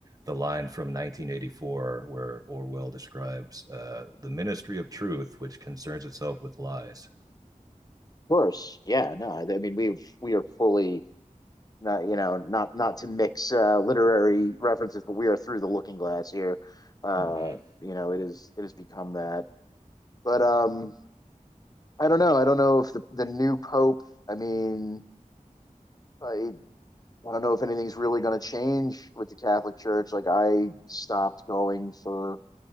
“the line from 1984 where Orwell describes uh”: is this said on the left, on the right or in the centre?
Right